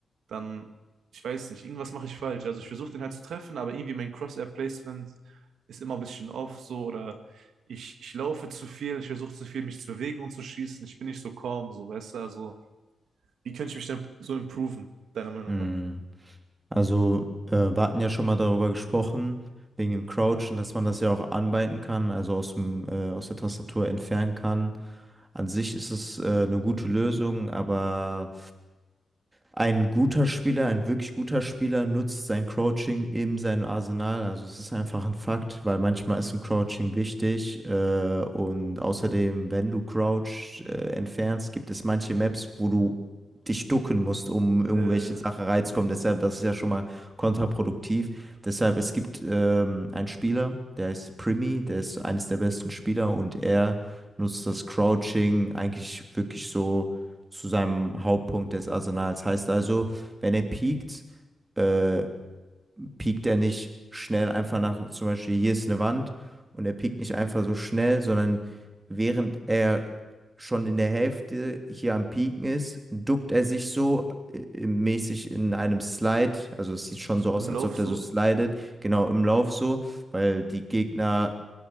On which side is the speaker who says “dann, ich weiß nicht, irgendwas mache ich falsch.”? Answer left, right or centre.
Right